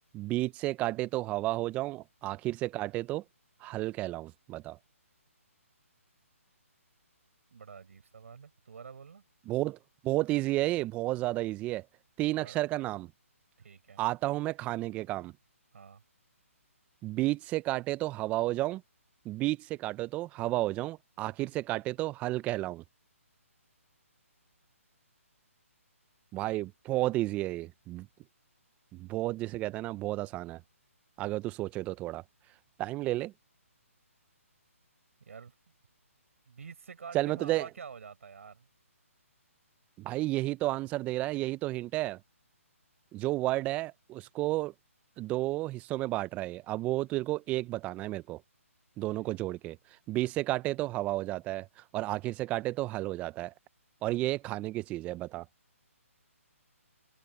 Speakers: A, on the right; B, on the right.
A: बीच से काटे तो हवा हो जाऊं आखिर से काटे तो हल कहलाऊं बताओ
B: बड़ा अजीब सवाल है दोबारा बोलना
A: बहुत बहुत इजी है ये बहुत ज्यादा इजी है तीन
B: दोबारा
A: अक्षर का नाम
B: ठीक है
A: आता हूं मैं खाने के काम
B: हाँ
A: बीच से काटे तो हवा हो जाऊं बीच से काटे तो हवा हो जाऊं आखिर से
B: हम्म,
A: काटे तो हल कहलाऊं भाई बहुत इजी है ये ब- बहुत जिसे कहते हैं ना बहुत आसान है अगर तू सोचे तो थोड़ा टाइम ले ले
B: यार बीच से काटने
A: चल मैं
B: पे हवा
A: तुझे
B: क्या हो जाता है यार
A: भाई यही तो आंसर दे रहा है यही तो हिंट है जो वर्ड है उसको दो हिस्सों में बांट रहा है अब वो तेरे को एक बताना है मेरे को दोनों
B: हम्म।
A: को जोड़ के बीच से काटे तो हवा हो जाता है और आखिर से काटे तो हल हो जाता है और ये खाने की चीज है बता